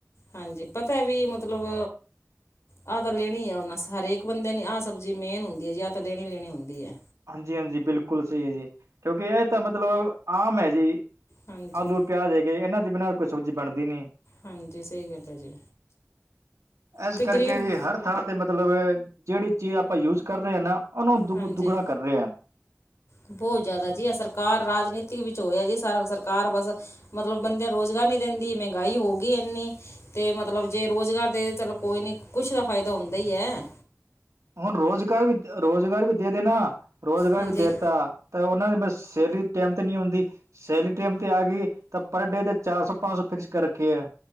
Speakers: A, on the left; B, on the right.
A: ਹਾਂਜੀ ਪਤਾ ਵੀ ਮਤਲਬ ਆਹ ਤਾਂ ਲੈਣੀ ਆ ਉਹਨਾਂ ਸਾ ਹਰੇਕ ਬੰਦੇ ਨੇ ਆਹ ਸਬਜ਼ੀ ਮੇਨ ਹੁੰਦੀ ਐ ਜੀ ਆਹ ਤਾਂ ਲੈਣੀ ਓ ਲੈਣੀ ਹੁੰਦੀ ਐ।
B: ਹਾਂਜੀ-ਹਾਂਜੀ ਬਿਲਕੁਲ ਸਹੀ ਐ ਜੀ ਕਿਉਂਕਿ ਇਹ ਤਾਂ ਮਤਲਬ ਆਮ ਐ ਜੀ।
A: ਹਾਂਜੀ
B: ਆਲੂ, ਪਿਆਜ ਹੈਗੇ ਇਹਨਾਂ ਦੇ ਬਿਨਾਂ ਕੋਈ ਸਬਜ਼ੀ ਬਣਦੀ ਨੀ।
A: ਹਾਂਜੀ ਸਹੀ ਗੱਲ ਐ ਜੀ
B: ਇਸ
A: ਤੇ
B: ਕਰਕੇ
A: ਗਰੀਬ
B: ਜੀ ਹਰ ਥਾਂ ਤੇ ਮਤਲਬ ਜਿਹੜੀ ਚੀਜ਼ ਆਪਾਂ ਯੂਜ ਕਰ ਰਹੇ ਆ ਨਾ ਉਹਨੂੰ ਦੁ
A: ਹਾਂਜੀ।
B: ਦੁੱਗਣਾ ਕਰ ਰਹੇ ਆ
A: ਬਹੁਤ ਜ਼ਿਆਦਾ ਜੀ ਆ ਸਰਕਾਰ ਰਾਜਨੀਤਿਕ ਵਿੱਚ ਹੋਇਆ ਜੀ ਸਾਰਾ ਸਰਕਾਰ ਬਸ ਮਤਲਬ ਬੰਦਿਆਂ ਰੋਜ਼ਗਾਰ ਨੀਂ ਦਿੰਦੀ ਮਹਿੰਗਾਈ ਹੋ ਗਈ ਐਨੀ। ਤੇ ਮਤਲਬ ਜੇ ਰੁਜ਼ਗਾਰ ਦੇ ਚੱਲ ਕੋਈ ਨੀ ਕੁਛ ਦਾ ਫ਼ਾਇਦਾ ਹੁੰਦਾ ਈ ਐ।
B: ਹੁਣ ਰੋਜ਼ਗਾਰ ਵੀ, ਰੋਜ਼ਗਾਰ ਵੀ ਦੇ ਦੇਨਾ, ਰੋਜ਼ਗਾਰ
A: ਹਾਂਜੀ
B: ਵੀ ਦੇਤਾ। ਤਾਂ ਉਹਨਾਂ ਦੀ ਮਸ, ਸੈਲਰੀ ਟੈਮ ਤੇ ਨੀ ਆਉਂਦੀ। ਸੈਲਰੀ ਟੈਮ ਤੇ ਆ ਗਈ ਤਾਂ ਪਰ ਡੇ ਤੇ ਚਾਰ ਸੌ-ਪੰਜ ਸੌ ਫਿਕਸ ਕਰ ਰੱਖੀ ਐ।